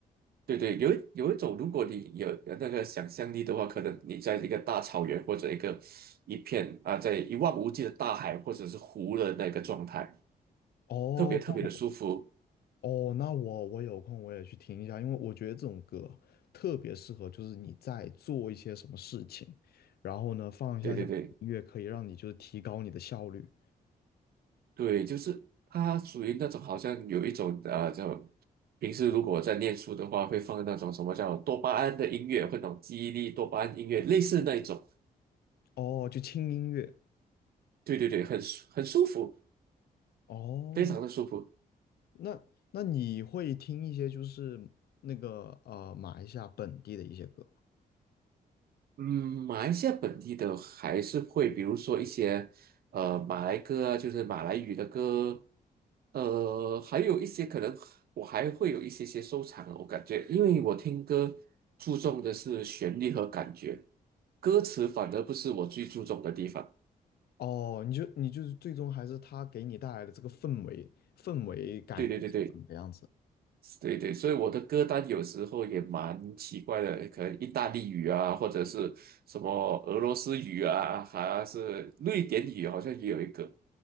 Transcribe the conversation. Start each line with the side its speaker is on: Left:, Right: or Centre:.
Right: 对对，有一有一种，如果你有有那个想象力的话，可能你在一个大草原或者一个一片啊，在一望无际的大海或者是湖的那个状态，
Left: 哦那
Right: 特别特别的舒服。
Left: 哦，那我我有空我也去听一下，因为我觉得这种歌特别适合，就是你在做一些什么事情，然后呢放一下这样的音乐，
Right: 对对对
Left: 可以让你就是提高你的效率。
Right: 对，就是它属于那种好像有一种呃叫平时如果在念书的话，会放那种什么叫多巴胺的音乐，会者那种记忆力多巴胺音乐，类似那一种。
Left: 哦，就轻音乐。
Right: 对对对，很舒很舒服，
Left: 哦，
Right: 非常的舒服。
Left: 那那你会听一些就是那个呃马来西亚本地的一些歌吗？
Right: 嗯，马来西亚本地的还是会，比如说一些呃马来歌啊，就是马来语的歌，呃，还有一些可能我还会有一些些收藏啊，我感觉，因为我听歌注重的是旋律和感觉，歌词反而不是我最注重的地方。
Left: 哦，你就你就是最终还是他给你带来的这个氛围氛围感是怎么样子？
Right: 对对对对。对对，所以我的歌单有时候也蛮奇怪的，可能意大利语啊，或者是什么俄罗斯语啊，还是瑞典语，好像也有一个。